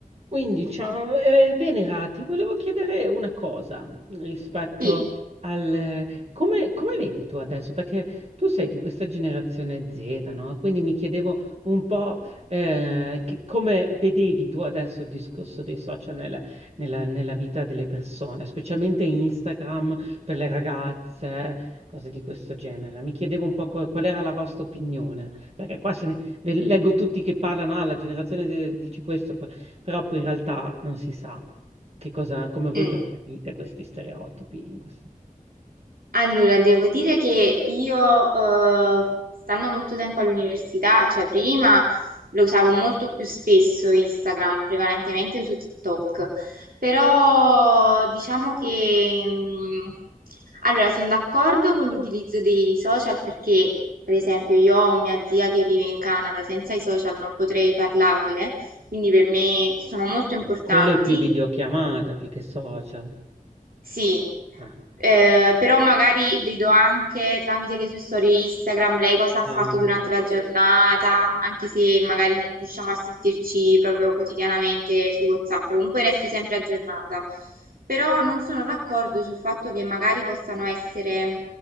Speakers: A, on the right (about 45°); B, on the right (about 80°).
A: Quindi, ciao, eh, Venera, ti volevo chiedere una cosa rispetto
B: Sì,
A: al... Come, come vedi tu adesso? Perché tu sei di questa generazione Z, no? Quindi mi chiedevo un po' eh, che- come vedevi tu adesso il discorso dei social nella, nella- nella vita delle persone, specialmente Instagram per le ragazze, cose di questo genere. Mi chiedevo un po' co- qual era la vostra opinione, perché qua se ne... ve- Leggo tutti che parlano, ah, la generazione Z dice questo, però poi in realtà non si sa che cosa, come voi
B: mm.
A: percepite questi stereotipi. queste-
B: Allora devo dire che io, eh, stando molto tempo all'università, cioè prima lo usavo molto più spesso Instagram, prevalentemente uso TikTok, però diciamo che, mm, allora sono d'accordo con l'utilizzo dei social perché, per esempio, io ho mia zia che vive in Canada, senza i social non potrei parlarle, quindi per me sono molto importanti.
A: Quello è più videochiamata, più che social.
B: Sì,
A: Ah,
B: eh, però magari vedo anche tramite le sue storie Instagram lei cosa ha fatto
A: ah.
B: durante la giornata, anche se magari non riusciamo a sentirci proprio quotidianamente su WhatsApp, comunque resto sempre aggiornata. Però non sono d'accordo sul fatto che magari possano essere